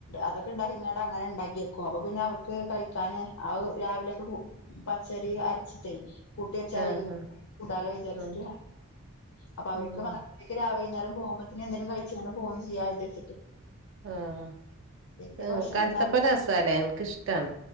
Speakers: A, on the left (about 80°); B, on the right (about 55°).
A: അതൊക്കെ ഇണ്ടാക്കിങ്ങാണ്ട് അങ്ങനിണ്ടാക്കി വെക്കും അപ്പൊ പിന്നെ അവർക്ക് കഴിക്കാന് ആ രാവിലൊക്കെ പച്ചരി അരിച്ചിട്ടേ കൂട്ടി വെച്ചാ
B: ആഹ്
A: വൈക്ണ്ടലോ
B: ആഹ്
A: വിചാരിച്ചിട്ട്
B: ആഹ്
A: അപ്പൊ അവർക്കും
B: ഉം
A: അ എനിക്ക് രാവി വൈന്നേരം പോംമ്പത്തേന് എന്തേലും കഴിച്ചിങ്ങട് പോവും ചെയ്യാ വിചാരിച്ചിട്ട്
B: ആഹ്
A: എന്തെങ്കിലൊക്കെ
B: അ
A: ഭക്ഷണം
B: കൽത്തപ്പ
A: ഉണ്ടാക്കും
B: രസ സാലെ എനിക്കിഷ്ടാണ്